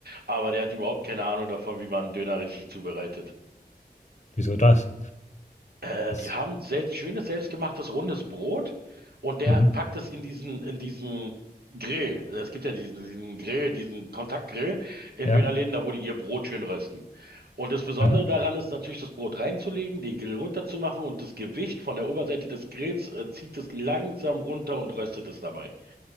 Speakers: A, on the right; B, on the left.
A: aber der hat überhaupt keine Ahnung davon, wie man einen Döner richtig zubereitet.
B: Wieso das?
A: Äh,
B: Das,
A: die haben selbst, schönes selbstgemachtes rundes Brot und der
B: mhm.
A: packt es in diesen, in diesen Grill. Es gibt ja diesen, diesen Grill, diesen Kontaktgrill in
B: Ja.
A: Dönerläden, da wo die ihr Brot schön rösten. Und das Besondere
B: Mhm.
A: daran ist natürlich, das Brot reinzulegen, den Grill runterzumachen und das Gewicht von der Oberseite des Grills äh, zieht es langsam runter und röstet es dabei.